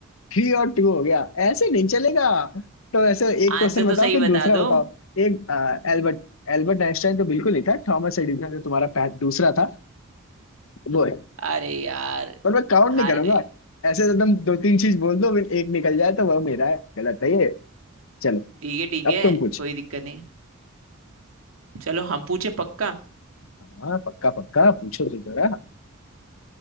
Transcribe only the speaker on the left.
थ्री और टू हो गया ऐसे नहीं चलेगा तो ऐसे एक क्वेश्चन
बताओ
फिर
दूसरा बताओ
एक अ, एल्बर्ट एल्बर्ट आइंस्टाइन तो बिल्कुल नहीं था थॉमस एडिसन जो तुम्हारा पह- दूसरा था वो
पर मैं काउंट
नहीं करूंगा
ऐसे तो तुम दो तीन चीज बोल दो फिर एक निकल जाए तो वह मेरा है गलत है ये चलो
अब
तुम पूछो
हाँ पक्का पक्का पूछो तो जरा